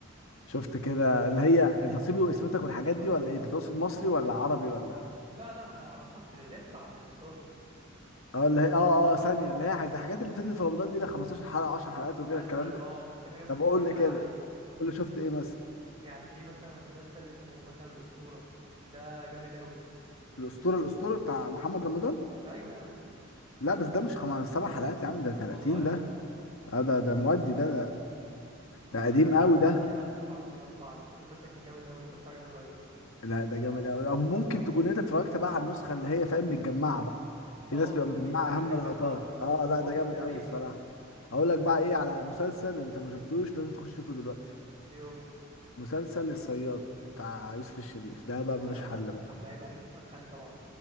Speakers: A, on the left; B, on the right.
A: شفت كده اللي هي نصيبي وقسمتك والحاجات دي ولا ايه انت تقصد مصري ولا عربي ولا
B: لا لا آه، مصر اللي هي بتبقى على المنصات
A: اه اللي هي اه اه ثانية اللي هي زي الحاجات اللي بتنزل في رمضان دي لها 15 حلقة 10 حلقات وكده
B: مثلا
A: الكلام ده
B: اه بس في حاجات
A: طب
B: بتنزل
A: قول
B: في الايام
A: لي كده
B: العاديه
A: قول لي شفت ايه مثلا
B: يعني في مثلا مسلسل اسمه مثلا الاسطوره ده جامد قوي
A: الاسطورة الاسطورة بتاع محمد رمضان
B: ايوه يا عم
A: لا بس ده مش خمس سبع حلقات يا عم ده 30
B: والله
A: ده آه ده ده مودي ده ده
B: تصدق
A: قديم قوي
B: يبقى
A: ده
B: انا دخلت الحوارات كلها في بعض بس المسلسل ده كان جامد قوي لسه متفرج عليه قريب
A: لا ده جامد قوي او ممكن تكون انت اتفرجت بقى على النسخه اللي هي فاهم متجمعه بقى في
B: اه
A: ناس بتبقى
B: بيبقى
A: مجمعه
B: فيه حاجات
A: اهم
B: متجمعه
A: لقطات
B: بالظبط
A: اه
B: ممكن
A: لا ده جامد
B: تقريبا
A: قوي الصراحه اقول لك بقى ايه على مسلسل انت ما شفتوش لازم تخش تشوفه دلوقتي
B: ايه هو
A: مسلسل الصياد بتاع يوسف الشريف ده بقى
B: ده
A: ملوش
B: انا
A: حل بقى
B: يا عم عيب عليك اتفرجت عليه طبعا